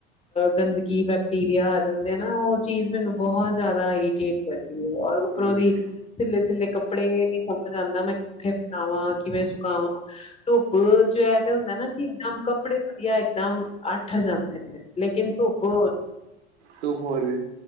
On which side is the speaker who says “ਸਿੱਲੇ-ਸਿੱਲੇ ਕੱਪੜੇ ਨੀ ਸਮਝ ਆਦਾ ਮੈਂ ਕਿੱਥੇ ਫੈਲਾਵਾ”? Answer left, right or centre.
Left